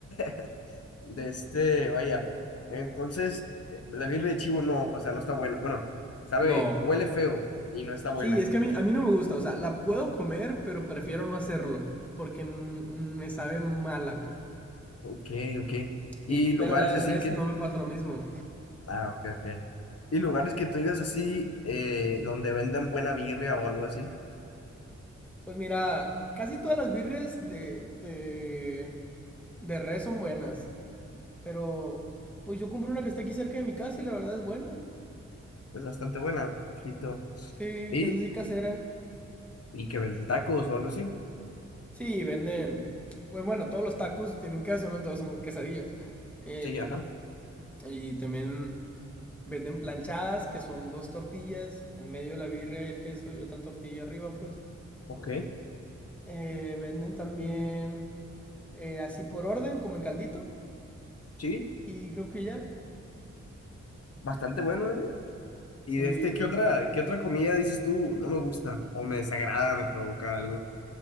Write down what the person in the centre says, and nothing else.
No.
Sí, es que a mí, a mí no me gusta, o sea, la puedo comer, pero prefiero no hacerlo, porque mm, me sabe mala, pues.
Y,
pero la de
res
no me pasa lo mismo.
Pues mira, casi todas las birres de, de, de res son buenas. Pero pues yo compré una que está aquí cerca de mi casa y la verdad es buena.
Sí,
es así casera.
Sí, venden. Pues bueno, todos los tacos tienen queso, ¿no? Entonces son quesadillas. Eh,
y también venden planchadas, que son dos tortillas, en medio la birra, el queso y otra tortilla arriba, pues.
Eh, venden también eh, así por orden, como en caldito.
Y creo que ya.
Sí.
Y